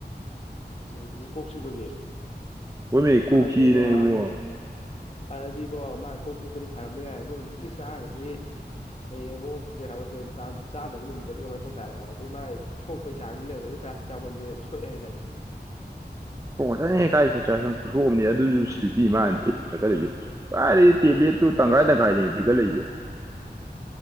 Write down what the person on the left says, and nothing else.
ꯎꯝ ꯀꯣꯛ ꯆꯤꯛꯄꯒꯤ
ꯑꯗꯨꯗꯤ
ꯢꯕꯣ ꯑꯗꯨꯗꯤ ꯢꯕꯣ ꯃꯥ ꯀꯣꯛ ꯆꯤꯛꯄꯗꯤ ꯐꯔꯝꯕ ꯌꯥꯏꯕꯣ ꯅꯨꯡꯇꯤ ꯆꯥꯒ꯭ꯔꯗꯤ ꯐꯩꯌꯦꯕꯣ ꯄꯦꯔꯥꯁꯤꯇꯥꯃꯣꯟ ꯆꯥꯗꯕ ꯆꯥꯗꯕ ꯅꯨꯃꯤꯠꯇꯗꯤ ꯀꯃꯥꯏꯅ ꯇꯧ ꯇꯥꯔꯦ ꯑꯗꯩ ꯃꯥꯥꯏ ꯁꯣꯛꯄꯩ ꯆꯥꯡꯗꯤ ꯂꯩꯔꯝꯒꯅꯤ ꯄꯦꯔꯥꯁꯤꯇꯥꯃꯣꯟꯁꯦ ꯁꯣꯛꯑꯦ ꯍꯥꯏꯗꯥꯢꯅꯦ